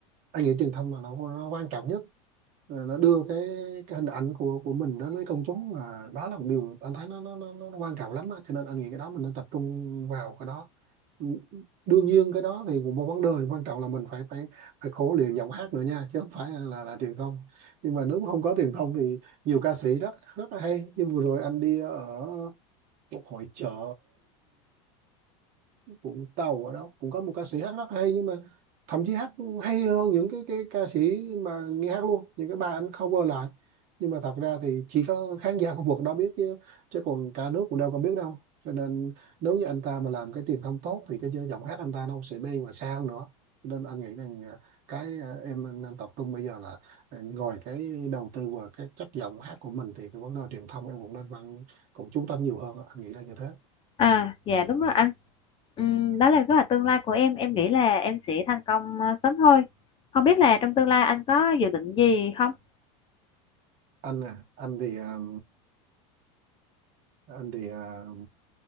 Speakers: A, on the right; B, on the left.
A: Anh nghĩ truyền thông là nó, nó quan trọng nhất. Ờ, Nó đưa cái, cái hình ảnh của của mình đến với công chúng là đó là một điều anh thấy nó nó nó, nó quan trọng lắm á. Cho nên anh nghĩ cái đó mình nên tập trung vào cái đó. Ừ, Đương nhiên cái đó thì cũng một vấn đề quan trọng là mình phải phải phải khổ luyện giọng hát nữa nha chứ không phải là, là, là truyền thông. Nhưng mà nếu mà không có truyền thông thì nhiều ca sĩ rất rất là hay. Nhưng vừa rồi anh đi ở một hội chợ Vũng Tàu ở đó cũng có một ca sĩ hát rất hay nhưng mà thậm chí hát hay hơn những cái cái ca sĩ mà nghe hát luôn những cái bài anh cover lại nhưng mà thật ra thì chỉ có khán giả khu vực đó biết chứ chứ còn cả nước cũng đâu có biết đâu cho nên nếu như anh ta mà làm cái truyền thông tốt thì cái giọng hát anh ta nó không sẽ đi mà xa hơn nữa Cho nên anh nghĩ rằng à, cái à, em nên tập trung bây giờ là à, ngoài cái đầu tư vào cái chất giọng hát của mình thì cái vấn đề truyền thông em cũng nên văn cũng chú tâm nhiều hơn anh nghĩ là như thế
B: À, dạ đúng rồi anh. Ừm, đó là kế hoạch tương lai của em. Em nghĩ là em sẽ thành công ờ, sớm thôi. Không biết là trong tương lai anh có dự định gì không?
A: anh à anh thì à, anh thì à,